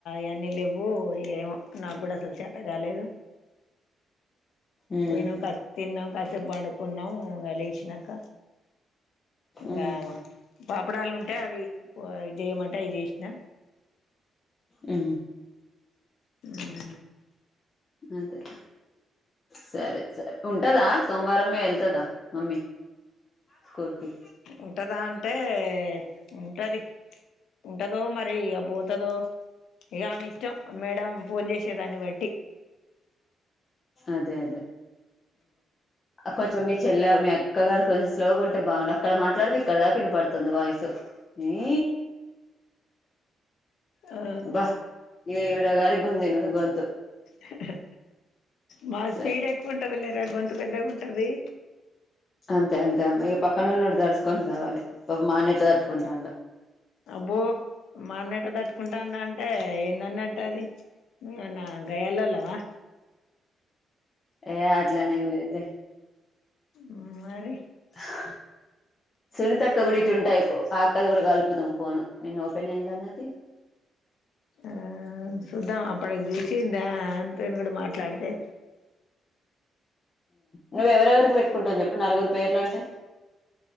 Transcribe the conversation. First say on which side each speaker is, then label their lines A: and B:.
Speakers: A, on the left; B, on the left.
A: యన్ని లేవ్ ఓ ఇక ఏమో నాకు కూడా అసలు చేత కాలేదు.
B: ఉమ్
A: పోయినం కలిసి తిన్నాం కాసేపు పడుకున్నాం ఇంగ లేసి నంక ఇంకగామే
B: ఉమ్
A: పాపడాలు ఉంటే అవి పో చేయమంటే అవి చేసినా
B: ఆ
A: ఆ
B: అదే సరే సరే ఉంటదా సోమవారంమే వెళ్తదా మమ్మీ స్కూల్కిి
A: ఉంటదా అంటే ఉన్ గది ఉంటదో మరి ఇక పోతదో ఇక మీ ఇష్టం మేడం ఫోన్ చేసేదాన్ని బట్టి
B: అదే అదే కొంచెం మీ చెల్ల మీ అక్క గారు కొంచెం స్లోగ ఉంటే బాగుండ అక్కడ మాట్డదిక్కడ దాకాన పడు తొంద వయసు నీ
A: ఆ
B: భ ఇ ఇవిడ గారి గుంతు ఇది గొంతు
A: హె హె మా
B: సరే
A: స్పీడ్ ఎక్కువ ఉంటదలెర కొంత ఎంత పెద్దగా ఉంటది
B: అంతే అంతే అమ్మయి ఈ పక్కనున్నడిడు దడుచకొని చవాలి పా మాన్నట్లు తట్టుకుంటాండు
A: అబ్బో మా అన్నెట తట్టుకుంటాన్న అంటే ఏందన్నట్టు అదిమన్న గాయ్యాలోళ్ళవా
B: ఏ అట్లానె ఉండెద్ది
A: ఉమ్ మరి
B: హ సులితక్క కూడ ఇటు ఉంటె అయిపో ఆకదు కూడా కాలిపుదం పోను నిన్న ఒపెన్ అయిందన్నది
A: ఆ చూద్దాం అప్పడకి జూషిం దాంత దేన్ కూడ మాట్లాడితే
B: నువ్వెవరికి పెట్టుకుంటవు చెప్పు నలుగురు పేర్లు అంటే